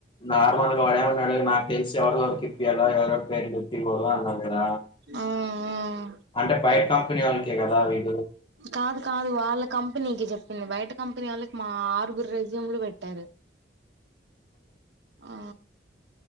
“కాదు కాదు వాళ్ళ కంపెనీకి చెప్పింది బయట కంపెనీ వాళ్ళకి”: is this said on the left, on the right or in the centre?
Right